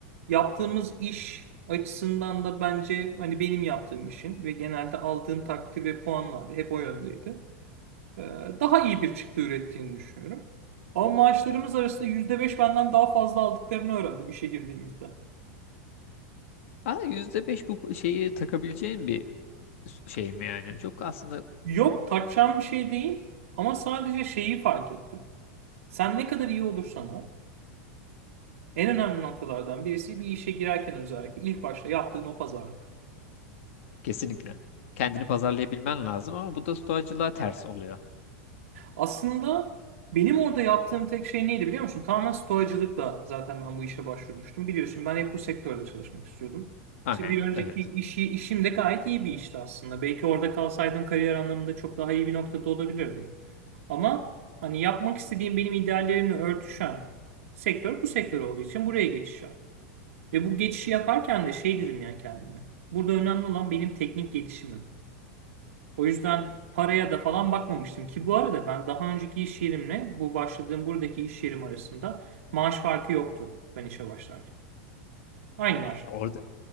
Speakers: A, on the right (about 75°); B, on the left (about 70°).
A: Yaptığımız iş açısından da bence hani benim yaptığım işin ve genelde aldığım takdir ve puanlar da hep o yöndeydi. Ee, daha iyi bir çıktı ürettiğini düşünüyorum. Ama maaşlarımız arasında %5 benden daha fazla aldıklarını öğrendim işe girdiğimizde.
B: Ama %5 bu şeyi takabileceğin bir şey mi yani? Çok aslında
A: Yok takacağım bir şey değil ama sadece şeyi fark ettim. Sen ne kadar iyi olursan ol, en önemli noktalardan birisi bir işe girerken özellikle ilk başta yaptığın o pazarlık.
B: kesinlikle. Kendini pazarlayabilmen lazım ama bu da stoacılığa ters oluyor.
A: Aslında benim orada yaptığım tek şey neydi biliyor musun? Tamamen stoacılıkla zaten ben bu işe başvurmuştum. Biliyorsun ben hep bu sektörde çalışmak istiyordum.
B: Aynen,
A: İşte bir önceki
B: evet.
A: işi, işim de gayet iyi bir işti aslında. Belki orada kalsaydım kariyer anlamında çok daha iyi bir noktada olabilirdim. Ama hani yapmak istediğim benim ideallerimle örtüşen sektör bu sektör olduğu için buraya geçiş yaptım. Ve bu geçişi yaparken de şey dedim ya kendime. Burada önemli olan benim teknik gelişimim. O yüzden paraya da falan bakmamıştım ki bu arada ben daha önceki iş yerimle bu başladığım buradaki iş yerim arasında maaş farkı yoktu ben işe başlarken. Aynı maaştı.
B: Ya Orada